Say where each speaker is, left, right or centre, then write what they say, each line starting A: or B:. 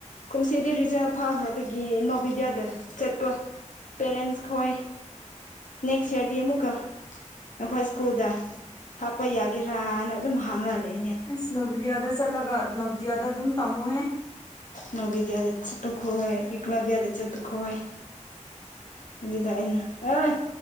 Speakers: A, on the left; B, on the left.
A: ꯀꯨꯝꯁꯤꯗꯤ ꯔꯤꯖꯜ ꯐꯥꯈ꯭ꯔꯕꯒꯤ ꯅꯣꯚꯦꯗꯤꯌꯥꯗ ꯆꯠꯄ ꯄꯦꯔꯦꯟꯁ ꯈꯣꯏ ꯅꯦꯛꯁ ꯏꯌꯔꯗ ꯑꯃꯨꯛꯀ ꯅꯈꯣꯏ ꯁ꯭ꯀꯨꯜꯗ ꯍꯥꯞꯄ ꯌꯥꯒꯦꯔꯥꯅ ꯑꯗꯨꯝ ꯍꯪꯉꯂꯩꯌꯦ
B: ꯑꯁ ꯅꯣꯕꯣꯗꯤꯌꯥꯗ ꯆꯠꯂꯒ ꯅꯣꯕꯣꯗꯤꯌꯥꯗ ꯑꯗꯨꯝ ꯇꯝꯃꯣꯍꯦ
A: ꯅꯣꯕꯣꯗꯤꯌꯥꯗ ꯆꯠꯄꯈꯣꯏ ꯑꯦꯀꯣꯔꯕꯤꯌꯥꯗ ꯆꯠꯄꯈꯣꯏ ꯑꯗꯨꯗ ꯑꯩꯅ ꯑꯣꯏ